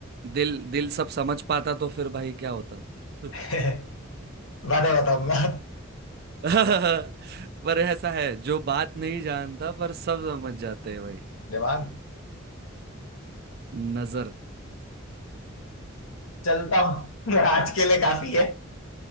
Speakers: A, on the right (about 50°); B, on the left (about 75°).
A: दिल दिल सब समझ पाता तो फिर भाई क्या होता <laughs>
B: <laughs> बाद में बताऊंगा
A: पर ऐसा है जो बात नहीं जानता पर सब समझ जाते हैं भाई
B: दिमाग
A: नजर
B: चलता हूँ आज के लिए काफी है